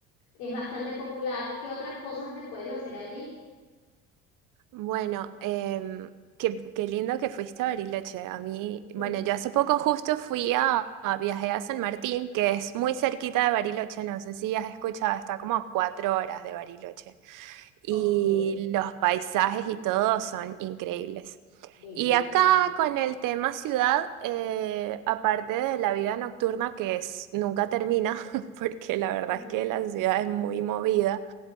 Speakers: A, on the left; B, on the right.
A: es bastante popular. ¿Qué otras cosas se pueden hacer allí?
B: Bueno, em, qué, qué lindo que fuiste a Bariloche. A mí,
A: <laughs>
B: bueno, yo hace poco justo fui a, a viajé a San Martín, que es muy cerquita de Bariloche, no sé si has escuchado, está como a cuatro horas de Bariloche. Y
A: Ok,
B: los paisajes y todo son increíbles.
A: bellísimo.
B: Y acá con el tema ciudad, eh, aparte de la vida nocturna que es, nunca termina, <laughs> porque la verdad
A: <laughs>
B: es que la ciudad es muy movida,